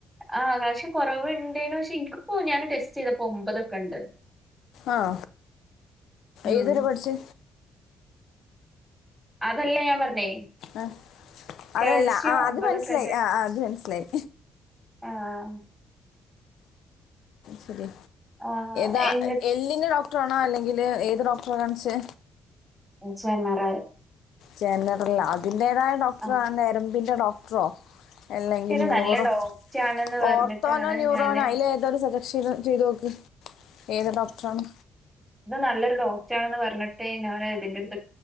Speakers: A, in the centre; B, on the left.
A: ആഹ കാൽഷ്യ കുറവ്ണ്ടയ്നു ‌ പക്ഷെ ഇനിക്കിപ്പോ ഞാൻ ടെസ്റ്റ് ചെയ്തപ്പോ ഒമ്പതൊക്കെ ഉണ്ട്
B: ആഹ
A: ഉം
B: ഏതരെ പഠിച്ച്
A: അതല്ല ഞാൻ പറഞ്ഞേ
B: ആ
A: കാൽസ്യം
B: അതല്ല ആ
A: ഒമ്പതൊക്കെ
B: അത് മനസ്സിലായി ആ അത് മനസ്സിലായി
A: ആഹ
B: ശരി
A: ആ,
B: താ
A: എന്നിട്ട്
B: എല്ലിന്റെ ഡോക്ട ഡോക്ടറാണോ അല്ലെങ്കിൽ ഏത് ഡോക്ടറെ കാണിച്ചേ
A: ജനറൽ
B: ജനറൽ അതിന്റെതായ ഡോക്ടറോ
A: ആ,
B: നരമ്പിന്റെ ഡോക്ടറോ അല്ലെങ്കിൽ
A: ഇത്
B: ന്യൂറോ
A: നല്ല ഡോക്ടറാണെന്ന് പറഞ്ഞിട്ടാണ്
B: ഓർത്തോനോ ന്യൂറോനോ
A: ഞാൻ
B: അയില് ഏതോ സ- സ്ഥിരം ചെയ്തു നോക്ക് ഏത് ഡോക്ടറാണ്
A: ഇത് നല്ലൊരു ഡോക്ടാണന്ന് പറഞ്ഞിട്ട് ഞാൻ ഇതിന്റടു-